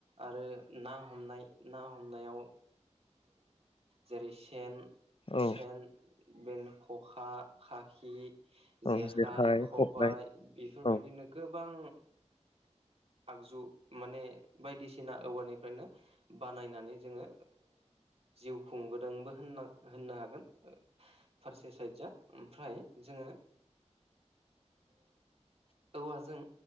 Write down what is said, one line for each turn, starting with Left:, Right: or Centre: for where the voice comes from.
Right: आरो ना हमनाय ना हमनायाव जेरै सेन
Left: औ
Right: सेन बेनो खखा खाखि
Left: औ
Right: जेखाइ खबाय
Left: खबाइ
Right: बेफोरबायदिनो
Left: औ
Right: गोबां आगजु माने बायदिसिना औवानिफ्रायनो बानायनानै जोङो जिउ खुंबोदोंबोनो होननो हागोन फारसे साइडआ ओमफ्राय जोङो औवाजों